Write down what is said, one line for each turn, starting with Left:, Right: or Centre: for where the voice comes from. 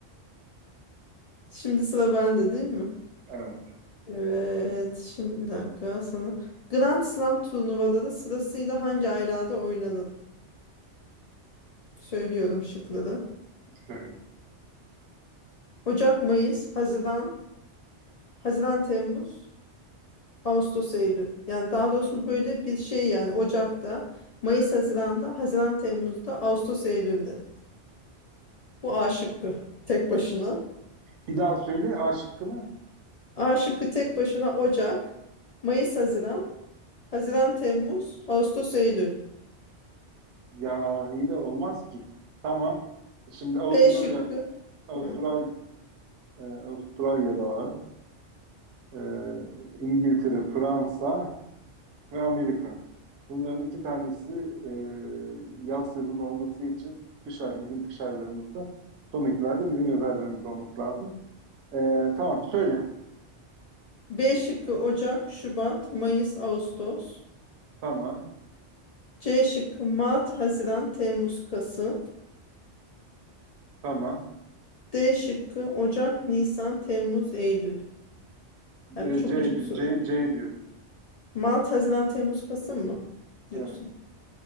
Left: Şimdi sıra bende değil mi?
Right: Evet.
Left: Evet. Şimdi bir dakika sana. Grand Slam turnuvaları sırasıyla hangi aylarda oynanır? Söylüyorum şıkları.
Right: Şöyle.
Left: Ocak, Mayıs, Haziran, Haziran, Temmuz, Ağustos, Eylül. Yani daha doğrusu böyle bir şey yani Ocak'ta, Mayıs, Haziran'da, Haziran, Temmuz'da, Ağustos, Eylül'de. Bu A şıkkı tek başına.
Right: Bir daha söyle A şıkkını.
Left: A şıkkı tek başına Ocak, Mayıs, Haziran, Haziran, Temmuz, Ağustos, Eylül.
Right: Ya iyi de olmaz ki. Tamam. Şimdi Avusturya,
Left: B şıkkı.
Right: Avustralya,
Left: Hı.
Right: Ee, Avustralya'da var. Ee, İngiltere, Fransa ve Amerika. Bunların iki tanesi e, yaz sezonu olması için kış ay, bizim kış aylarımızda. Son ikiler de bizim yaz aylarımızda olması lazım. Ee, tamam söyle.
Left: B şıkkı Ocak, Şubat, Mayıs, Ağustos.
Right: Tamam.
Left: C şıkkı Mart, Haziran, Temmuz, Kasım.
Right: Tamam.
Left: D şıkkı Ocak, Nisan, Temmuz, Eylül. Ay
Right: Ee,
Left: bu çok
Right: C,
Left: gıcık
Right: di-
Left: bir soruymuş.
Right: C, C diyorum.
Left: Mart, Haziran, Temmuz, Kasım mı diyorsun?
Right: Evet.